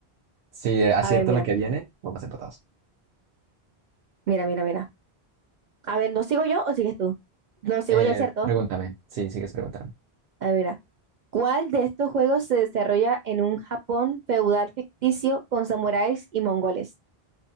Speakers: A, on the right; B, on the right.
A: Si acierto
B: A ver, mira,
A: la que viene, vamos empatados.
B: mira, mira, mira. A ver, ¿no sigo yo o sigues tú? No sigo
A: Eh,
B: yo, ¿cierto?
A: pregúntame. Sí, sigues preguntando.
B: A ver, ah, ¿cuál de estos juegos se desarrolla en un Japón feudal ficticio con samuráis y mongoles?